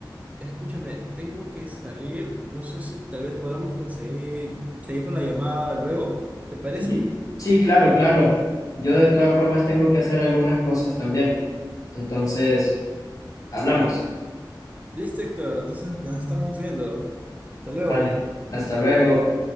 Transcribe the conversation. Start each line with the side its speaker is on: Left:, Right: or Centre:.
Right: escúchame, tengo que salir, no sé si tal vez podamos conseguir seguir con la llamada luego. ¿Te parece?
Left: Sí, sí, claro, claro. Yo de todas formas tengo que hacer algunas cosas también. Entonces, hablamos.
Right: Listo, Héctor. Entonces nos estamos viendo. Hasta luego.
Left: Vale. Hasta luego.